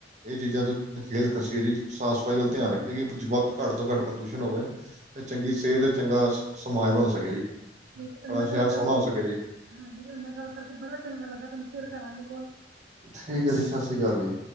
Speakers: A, on the right (about 40°); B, on the right (about 70°).
A: ਇਹ ਚੀਜ਼ਾਂ ਤੇ ਖੇਲ ਖਸੀਏ ਜ, ਸਾਫ਼ ਸਫ਼ਾਈ ਵੱਲ ਧਿਆਨ ਰੱਖੀਏ। ਕਿ ਵਤ ਘੱਟ ਤੋਂ ਘੱਟ ਪ੍ਰਦੂਸ਼ਣ ਹੋਵੇ, ਤੇ ਚੰਗੀ ਸਿਹਤ ਤੇ ਚੰਗਾ ਸਮਾਜ ਬਣ ਸਕੇ ਜੀ।
B: ਤੁਹਾਨਾ
A: ਸਾਡਾ ਸ਼ਹਿਰ
B: ਗੱਲ
A: ਸੋਹਣਾ
B: ਕਰਕੇ,
A: ਹੋ ਸਕੇ ਜੀ
B: ਹਾਂਜੀ, ਤੁਹਾਨੇ ਨਾਲ ਗੱਲ ਕਰਕੇ ਬੜਾ ਚੰਗਾ ਲੱਗਾ, ਤੁਹਨੂੰ ਫੇਰ ਕਰਾਂਗੀ।
A: ਠੀਕ ਏ ਜੀ। ਸਤਿ ਸ੍ਰੀ ਕਾਲ ਜੀ।